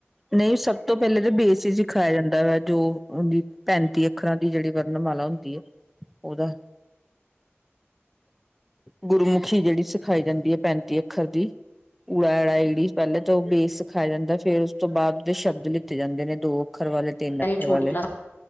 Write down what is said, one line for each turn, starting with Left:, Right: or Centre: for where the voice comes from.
Centre: ਨਹੀਂ ਸਭ ਤੋਂ ਪਹਿਲੇ ਤਾਂ ਬੇਸ ਹੀ ਸਿਖਾਇਆ ਜਾਂਦਾ ਵਾ ਜੋ ਪੈਂਤੀ ਅੱਖਰਾਂ ਦੀ ਜਿਹੜੀ ਵਰਣਮਾਲਾ ਹੁੰਦੀ ਏ, ਉਹਦਾ
Left: <inaudible>
Centre: ਗੁਰਮੁਖੀ ਜਿਹੜੀ ਸਿਖਾਈ ਜਾਂਦੀ ਏ ਪੈਂਤੀ ਅੱਖਰ ਦੀ, ਉੜਾ ਐੜਾ ਈੜੀ ਪਹਿਲੇ ਤਾਂ ਉਹ ਬੇਸ ਸਿਖਾਇਆ ਜਾਂਦਾ, ਫੇਰ ਉਸ ਤੋਂ ਬਾਅਦ ੳਦੇ ਸ਼ਬਦ ਲਿੱਤੇ ਜਾਂਦੇ ਨੇ, ਦੋ ਅੱਖਰ ਵਾਲੇ ਤਿੰਨ
Left: <inaudible>
Centre: ਅੱਖਰ
Left: ਛੋਟੀ
Centre: ਵਾਲੇ
Left: ਕਲਾਸ,